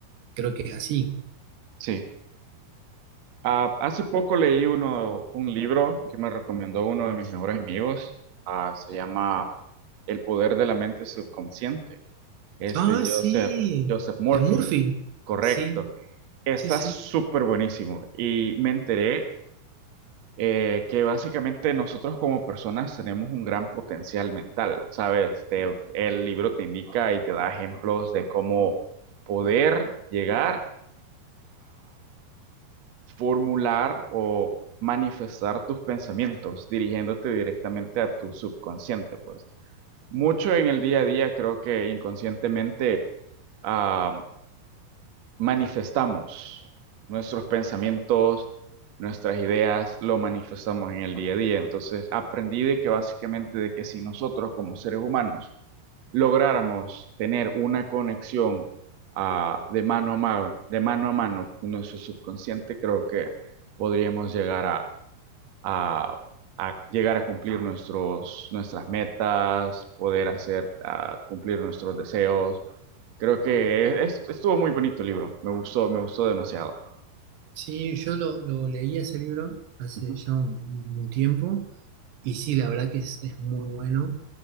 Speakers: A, on the right; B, on the right.
A: creo que es así.
B: Sí. Ah, hace poco leí uno, un libro que me recomendó uno de mis mejores amigos. Ah, se llama El poder de la mente subconsciente. Es
A: Ah,
B: de Joseph,
A: sí,
B: Joseph Murphy.
A: de Murphy.
B: Correcto.
A: Sí,
B: Está
A: sí, sí.
B: súper buenísimo. Y me enteré eh, que básicamente nosotros como personas tenemos un gran potencial mental, ¿sabes? Te- el libro te indica y te da ejemplos de cómo poder llegar formular o manifestar tus pensamientos, dirigiéndote directamente a tu subconsciente, pues. Mucho en el día a día creo que inconscientemente ah, manifestamos nuestros pensamientos, nuestras ideas, lo manifestamos en el día a día. Entonces aprendí de que básicamente de que si nosotros como seres humanos lográramos tener una conexión ah, de mano a mano, de mano a mano con nuestro subconsciente, creo que podríamos llegar a, a- a llegar a cumplir nuestros, nuestras metas, poder hacer, ah, cumplir nuestros deseos. Creo que es- estuvo muy bonito el libro, me gustó, me gustó demasiado.
A: Sí, yo lo, lo leí ese libro hace
B: Ujú.
A: ya un, un- tiempo y sí, la verdad que es, es muy bueno.